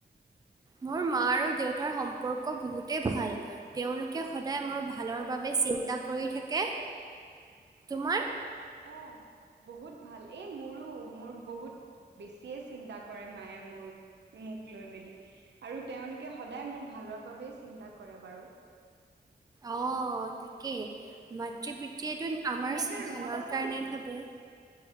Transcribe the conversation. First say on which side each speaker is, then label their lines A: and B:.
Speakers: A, on the right; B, on the right.
A: মোৰ মা আৰু দেউতাৰ সম্পৰ্ক বহুতে ভাল। তেওঁলোকে সদায় মোৰ ভালৰ বাবে চিন্তা কৰি থাকে, তোমাৰ?
B: অ, বহুত ভাল। এই মোৰো, মোৰ বহুত বেছিয়ে চিন্তা কৰে মায়ে মোৰ মোক লৈ মেলি। আৰু তেওঁলোকে সদায় মোৰ ভালৰ বাবেই চিন্তা কৰে বাৰু।
A: অ, তাকেই। মাতৃ পিতৃয়েটো আমাৰ
B: তুমি এতিয়া ৰুমত
A: ভালৰ
B: আছা
A: কাৰণে
B: নেকি?
A: ভাবে।